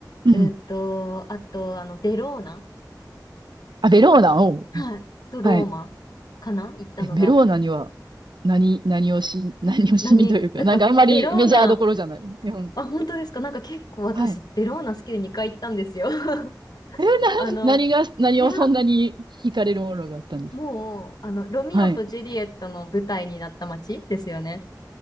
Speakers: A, on the right; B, on the left.
A: うん。
B: うんと、あと、あの、ベローナ、
A: あ、ベローナを、
B: はい。と、ローマかな行ったのが。
A: はい。え、ベローナには何、何をし、何をしにというか、
B: 何なんか、
A: なんかあんまりメジャーどころじゃない。
B: ベローナ、
A: うん。
B: あ、本当ですかなんか結構私、
A: はい。
B: ベローナ好きで2回行ったんですよ。<laughs>
A: え、な、
B: あの、
A: 何が、何をそんなに惹かれるものがあったんですか
B: いや、もう、あの、ロミオとジュリエットの舞台になった街ですよね。
A: はい。